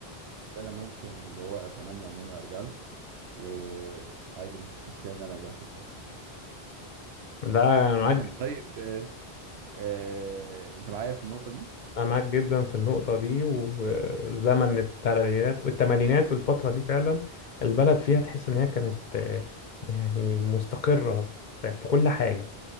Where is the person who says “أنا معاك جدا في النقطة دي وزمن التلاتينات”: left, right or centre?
Left